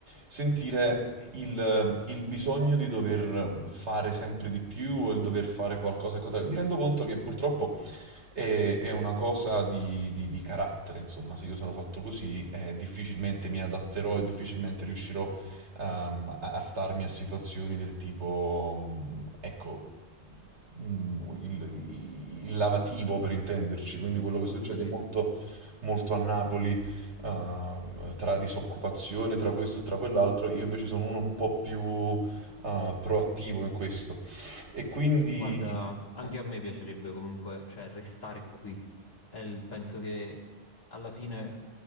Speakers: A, on the right; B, on the left.
A: sentire il, il bisogno di dover fare sempre di più o il dover fare qualcosa e quant'altro. Mi rendo conto che purtroppo e è una cosa di, di- di carattere, insomma, se io sono fatto così, eh, difficilmente mi adatterò e difficilmente riuscirò, ehm, a, a starmi a situazioni del tipo, mm, ecco, mm, il, il lavativo per intenderci, quindi quello che
B: ho
A: succede
B: capito.
A: molto, molto a Napoli, ehm, tra disoccupazione, tra questo e tra quell'altro, io invece sono uno un po' più, eh, proattivo in questo. E quindi...
B: Guarda, anche
A: eh,
B: a me piacerebbe comunque, cioè, restare qui. E il- penso che alla fine